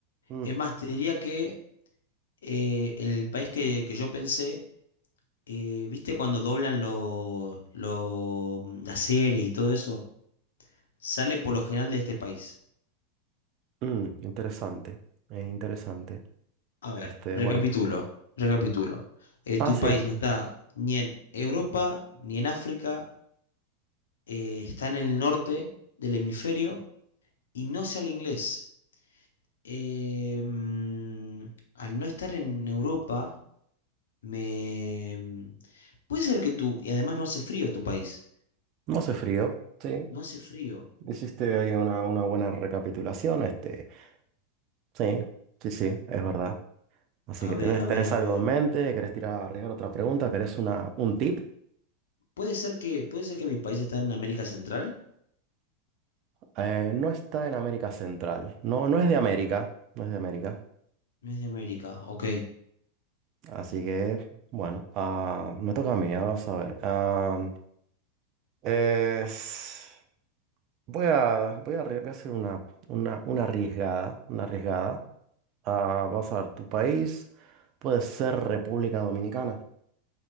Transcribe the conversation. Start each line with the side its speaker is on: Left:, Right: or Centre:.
Right: Mm,
Left: Es más, te diría que eh, el país que, que yo pensé, eh, viste cuando doblan lo, lo- mm, la serie y todo eso, sale por lo general de este país.
Right: mm, interesante, eh, interesante.
Left: A ver,
Right: Este,
Left: recapitulo,
Right: bueno,
Left: recapitulo. Eh,
Right: hace,
Left: tu país no está ni en Europa ni en África, eh, está en el norte del hemisferio y no se habla inglés. eh, mm, al no estar en Europa, me... mm, Puede ser que tú, y además no hace frío tu país,
Right: no hace frío. Sí,
Left: no hace frío.
Right: hiciste ahí una, una buena recapitulación. Este, Sí, sí, sí, es verdad. Así
Left: A
Right: que
Left: ver,
Right: tenés,
Left: a
Right: tenés
Left: ver, a
Right: algo
Left: ver.
Right: en mente, querés tirar arriba otra pregunta, querés una, un tip.
Left: Puede ser que, puede ser que mi país está en América Central,
Right: Eh, no está en América Central. No, no es de América. No es de América.
Left: no es de América, ok.
Right: Así que, bueno, ah, me toca a mí, ah, vamos a ver. Ah, es- voy a, voy a, arri- voy a hacer una, una, una arriesgada. Una arriesgada. Ah, vas a ver, tu país puede ser República Dominicana.